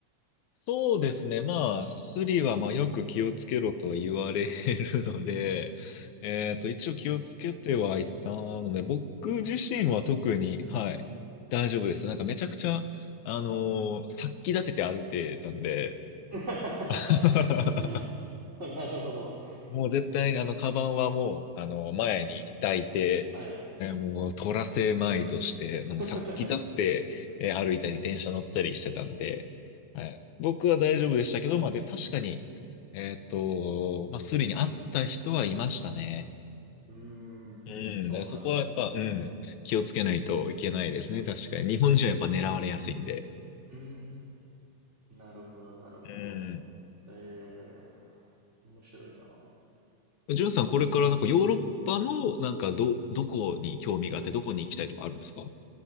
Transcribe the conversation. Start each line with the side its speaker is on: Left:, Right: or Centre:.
Left: そうですね。まあ、スリはまあよく気をつけろとは言われるので、<laughs> えっと、一応気をつけてはいたので、僕自身は特に、はい、大丈夫です。なんかめちゃくちゃ、あのー殺気立てて歩いてたんで、
Right: <laughs>
Left: <laughs>
Right: なるほど。
Left: もう絶対にあの、カバンはもう、あの、前に抱いて、
Right: はい。
Left: えーもう、取らせまいとして、もうさっき立って、
Right: <laughs>
Left: えー歩いたり、電車乗ったりしてたんで、はい、僕は大丈夫でしたけど、まあ、でも確かに、えーっと、まあ、スリに会った人はいましたね。
Right: うーん。
Left: うん、
Right: そうなんですね。
Left: だからそこはやっぱ、うん、気をつけないといけないですね、確かに。日本人はやっぱ狙われやすいんで。
Right: うーん。なるほど、なるほど。
Left: うん。
Right: えー、面白いな。
Left: ジュンさん、これからなんかヨーロッパの、なんかど、どこに興味があって、どこに行きたいとかあるんですか